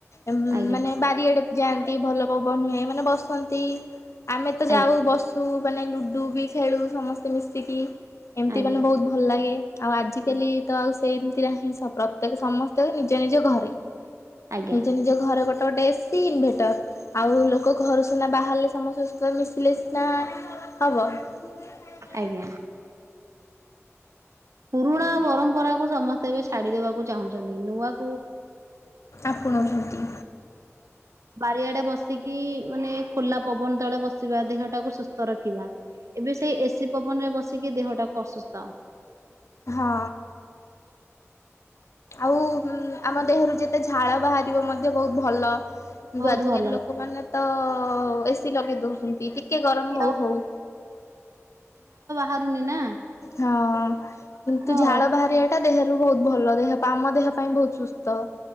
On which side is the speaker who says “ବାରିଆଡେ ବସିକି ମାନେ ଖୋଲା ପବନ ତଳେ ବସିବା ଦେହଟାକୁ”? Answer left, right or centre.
Right